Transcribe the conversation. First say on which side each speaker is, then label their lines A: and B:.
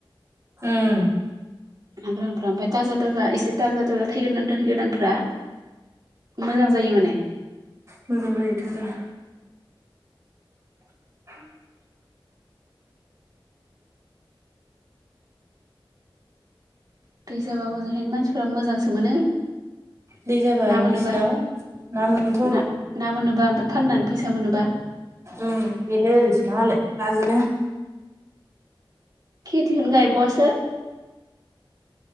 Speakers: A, on the right; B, on the right.
A: उम
B: ना गोरानफ्रा ओमफाय थाजा थाजा थाजा थाजा थैग्रानै दोन गोदानफ्रा मोजां जायो माने
A: मोजां जायो थारा <inaudible>
B: दै जाबा हजोंहायनो मानसिफोरा मोजांसो मोनो
A: दै जाबा
B: ना मोनोबा
A: इसिनाव ना मोनोथ' आरो
B: ना मोनोबा ओमफ्राय फाननानै फै सा मोनोबा
A: उम बिनो इसना मालाय नाजोंनो
B: खेथिखौ गायबावआसो